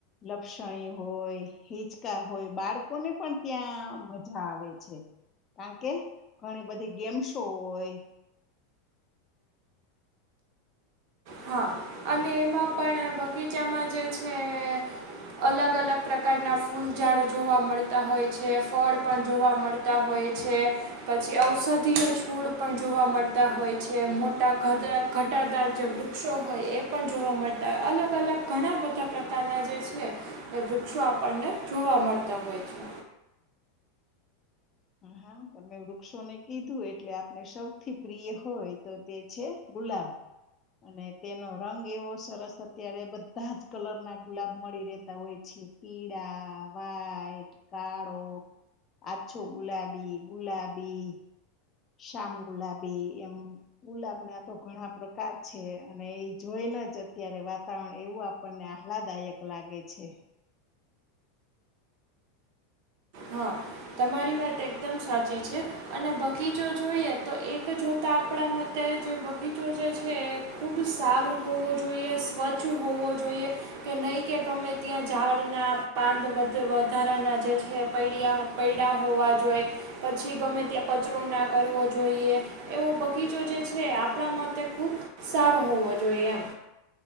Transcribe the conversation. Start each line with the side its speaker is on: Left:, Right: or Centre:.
Left: લપસણીય હોય હિચકા હોય બાળકોને પણ ત્યાં મઝા આવે છે. કાણ કે ઘણી બધી ગેમ્સો હોય
Right: હા અને એમાં પણ બગીચામાં જે છે એ અલગ અલગ પ્રકારના ફૂલઝાડ જોવા મળતા હોય છે ફળ પણ જોવા મળ તા હોય છે. પછી ઔષધીય છોડ પણ જોવા મળતા હોય છે, મોટા ઘતરા ઘટાદાર જે વૃ વૃક્ષો હોય એ પણ જોવા મળતા હોય અલગ અલગ ઘણા બધા પ્રકારના જે છે. એ વૃક્ષો આપણને જોવા મળતા હોય છે.
Left: હા તમે વૃક્ષોને કીધું એટલે આપણે સૌથી પ્રિય હોય તો તે છે ગુલાબ અને તેનો રંગ એવો સરસ અત્યારે બધા જ કલર ના ગુલાબ મળી રહેેતા હોય છે. પીળાં વાઈટ કાળો આછ તો ગુલાબી ગુલાબી શામ ગુલાબી એમ ગુલાબ ના તો ઘણા પ્રકાર છે અને ઈ જોઈને જ અત્યારે વાતાવરણ એવું આપ આપનને આહલાદાયક લાગે છે.
Right: હા તમારી વાત એકદમ સાચી છે, અને બગીચો જોઈએ તો એક જોતા આપડા મત તેય જે બગીચો જે છે, એ ખૂબ સારું હોવો જોઈએ સ્વચ્છ હોવો જોઈએ કે નહીં કે ગમે ત્યાં ઝાડના પાંદ વધ વધારાના જે છે. પૈડ્યા પૈયડા હોવા જોઈએ પછી ગમે ત્યાં પચરો ના કરવો જોઈએ. એવો બગીચો જે છે, આપણા માતે ખુબ સારો હોવો જોઈએ એમ